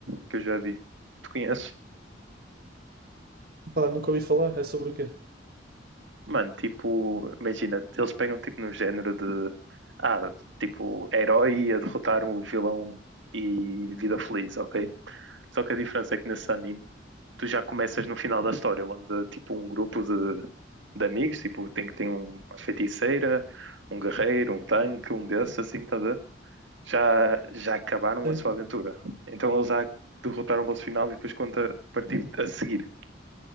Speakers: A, on the right; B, on the right.
A: que eu já vi. Tu conheces?
B: Pá, nunca ouvi falar. É sobre o quê?
A: Mano, tipo, imagina, eles pegam tipo no género de, ah, tipo, herói a derrotar o vilão e vida feliz, ok? Só que a diferença é que nesse anime tu já começas no final da história, onde tipo um grupo de, de amigos, tipo, tem que ter um, uma feiticeira, um guerreiro, um tanque, um desses, assim, tá a ver? Já, já acabaram
B: Sim.
A: a sua aventura. Então eles já derrotaram o boss final e depois conta a partir a seguir.